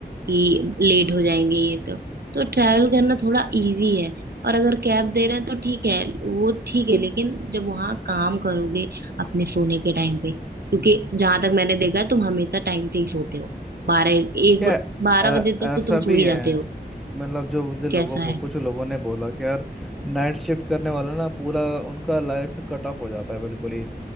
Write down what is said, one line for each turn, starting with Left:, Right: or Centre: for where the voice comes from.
Right: कि लेट हो जाएंगे ये तो तो ट्रैवल करना थोड़ा इजी है और अगर कैब दे रहे हैं तो ठीक है वो ठीक है लेकिन जब वहाँ काम करोगे अपने सोने के टाइम पे क्योंकि
Centre: हम्म।
Right: जहां तक मैंने देखा है तुम हमेशा टाइम से ही सोते हो बारह एक
Centre: क्या
Right: ब- बारह
Centre: अ-
Right: बजे तक तो
Centre: ऐसा
Right: तुम
Centre: भी
Right: सो ही
Centre: है
Right: जाते हो
Centre: कि मतलब जो मुझे लोगों
Right: कैसा
Centre: वो
Right: है
Centre: कुछ लोगों ने बोला कि यार नाइट शिफ्ट करने
Right: हम्म।
Centre: वाला ना पूरा उनका लाइफ से कट ऑफ हो जाता है बिल्कुल ही